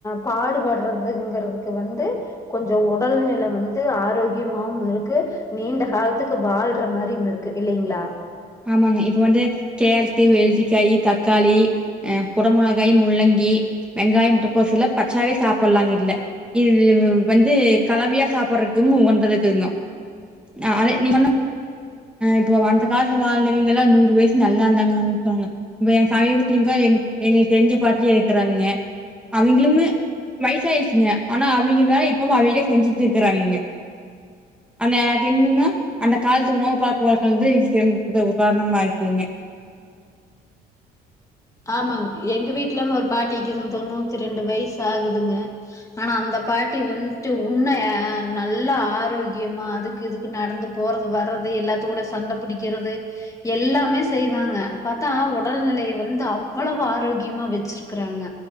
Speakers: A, on the left (about 20°); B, in the centre.
A: பாடுபடுறதுங்கிறதுக்கு வந்து கொஞ்சோ உடல் நில வந்து ஆரோக்கியமாவு இருக்கு நீண்ட காலத்துக்கு வாழ்ற மாரியும் இருக்கு இல்லைங்ளா
B: ஆமாங்க இப்ப வந்து கேரட்டு வெள்ரிக்காயி தக்காளி அ குடமுளகாய் முள்ளங்கி வெங்காயம் முட்டக்கோஸ் எல்லா பச்சையாவே சாப்பிட்லாங்க இல்ல இது வந்து கலவையா சாப்பிடுறதும் உகந்து இருக்குதுங்க ஆ அதே நீ இப்போ வந்த அந்த காலத்துல வாழ்ந்தவெங்கல்லா நூறு வயசு நல்லா இருந்தாங்க சொல்லுவாங்க இ என் சமீபத்துல எங்களுக்கு தெரிஞ்ச பாட்டியே இருக்கிறாங்கங்க அவிங்களளுமே வயசாயிடுச்சுங்க ஆனா அவிங்க வேல இப்பவு அவிங்களே செஞ்சுட்டு த இருக்குறாங்கங்க அந்த எனக்கு என்னன்னா அந்த காலத்து உணவு பழக்க வழக்கங்கள் <unintelligible> உதாரண இருக்குதுங்க
A: ஆமாங்க எங்க வீட்டுலமே ஒரு பாட்டிக்குங்க தொண்ணூத்தி ரெண்டு வயசு ஆகுதுங்க ஆனா அந்த பாட்டி வந்துட்டு உன்னு நல்லா ஆரோக்கியமா அதுக்கு இதுக்கு நடந்து போறது வர்றது எல்லாத்து கூட சண்ட பிடிக்கிறது எல்லாமே செய்வாங்க பாத்தா ஒடல்நிலை வந்து ந்து அவ்வளவு ஆரோக்கியமா வச்சிருக்கிறாங்க